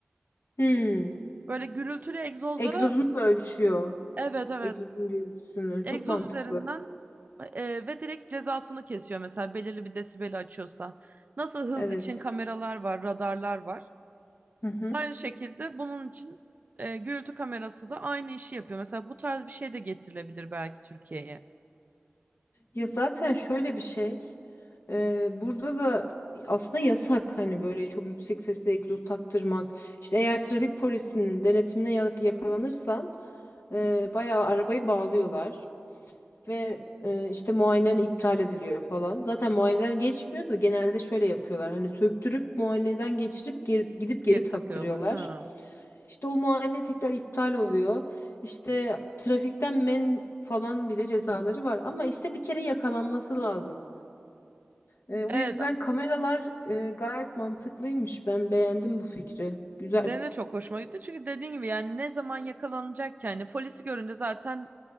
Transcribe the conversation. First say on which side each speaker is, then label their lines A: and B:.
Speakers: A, on the left; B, on the right.
A: Hmm.
B: Böyle gürültülü egzozlara
A: Egzozunu mu ölçüyor?
B: evet evet
A: Egzozun gürültüsünü.
B: egzoz
A: Çok mantıklı.
B: üzerinden Eee, ve direkt cezasını kesiyor mesela belirli bir desibeli açıyorsa. Nasıl hız
A: Evet.
B: için kameralar var, radarlar var.
A: Hı hı.
B: Aynı şekilde bunun için eee, gürültü kamerası da aynı işi yapıyor. Mesela bu tarz bir şey de getirilebilir belki Türkiye'ye.
A: Ya zaten şöyle bir şey. Ee, burada da aslında yasak hani böyle çok yüksek sesle egzoz taktırmak. İşte eğer trafik polisinin denetimine ya- yakalanırsan e, bayağı arabayı bağlıyorlar. Ve e, işte muayeneler iptal ediliyor falan. Zaten muayeneler geçmiyor da genelde şöyle yapıyorlar. Hani söktürüp muayeneden geçirip geri- gidip geri
B: Geri
A: taktırıyorlar.
B: takıyorlar. Ha.
A: İşte o muayene tekrar iptal oluyor. İşte trafikten men falan bile cezaları var. Ama işte bir kere yakalanması lazım. E,
B: Evet,
A: bu yüzden kameralar e, gayet mantıklıymış. Ben beğendim bu fikri. Güzel.
B: benim de çok hoşuma gitti. Çünkü dediğin gibi yani ne zaman yakalanacak ki yani polisi görünce zaten